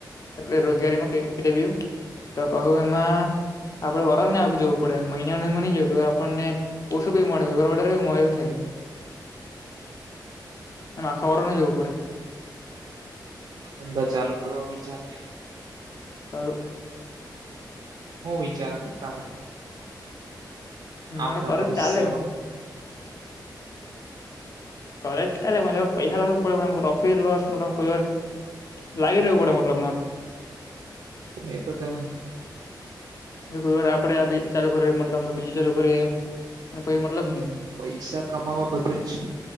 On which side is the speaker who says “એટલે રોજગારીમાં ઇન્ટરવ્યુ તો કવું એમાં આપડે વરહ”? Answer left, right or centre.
Left